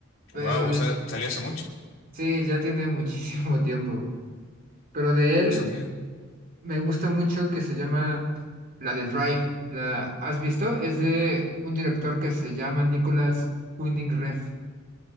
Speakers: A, on the right; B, on the left.
A: Pero
B: Wow,
A: de,
B: o sea, salió hace mucho.
A: sí, ya tiene muchísimo <laughs> tiempo. Pero de él.
B: No sabía.
A: Me gusta mucho que se llama la de Drive. ¿La has visto? Es de un director que se llama Nicolas Winding Refn.